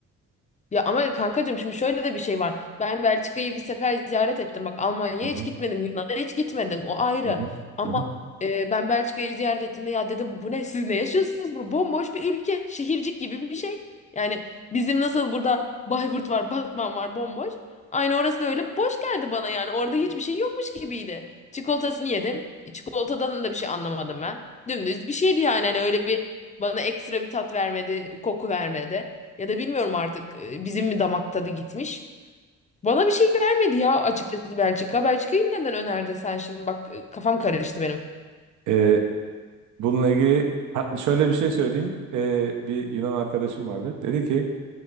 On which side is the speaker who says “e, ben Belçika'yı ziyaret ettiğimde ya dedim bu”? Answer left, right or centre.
Left